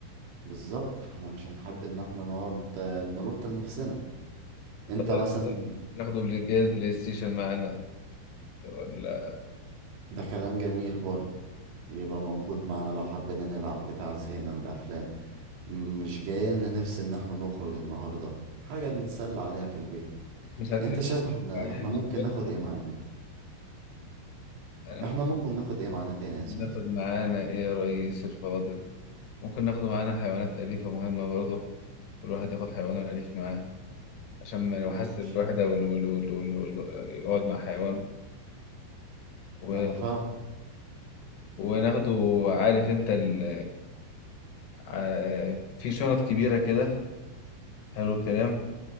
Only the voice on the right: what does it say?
بالظبط فاحنا مش هنحب ان احنا نقعد آه، نلط لنفسنا انت
مثلا
ده كلام جميل برضه يبقى موجود معانا لو حبينا نلعب بتاع زهقنا من الافلام م- مش جاي لنا نفس ان احنا نخرج النهارده حاجه نتسلى عليها في البيت
انت شايف احنا
احنا ممكن
ناخد ايه معانا
احنا ممكن ناخد ايه معانا تاني يا زميلي
ماشي
انا فاهم